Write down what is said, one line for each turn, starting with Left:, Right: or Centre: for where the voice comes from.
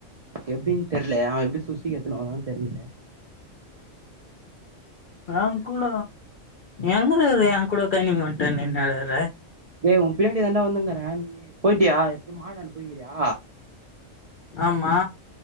Right: எப்டின் தெர்ல அவ எப்டி சுசுகி எத்துனு வரானானு தெர்ல
Left: ஏங் கூட எங்கற அ கூட கைனிங்க வட்டன் நிநானர
Right: ஏய் உன் பின்னாடி தாண்டா வந்துங்கற நீ போய்டியா எப்டி மாடான்ட போய்கிறியா
Left: ஆம்மா